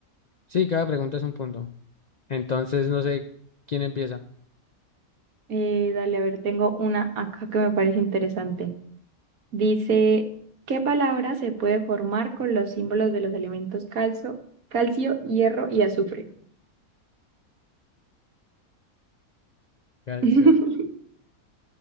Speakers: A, on the left; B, on the right.
A: Sí, cada pregunta es un punto. Entonces, no sé quién empieza.
B: Eh, dale, a ver, tengo una acá que me parece interesante. Dice, ¿qué palabra se puede formar con los símbolos de los elementos calcio, calcio, hierro y azufre?
A: Calcio,
B: <laughs>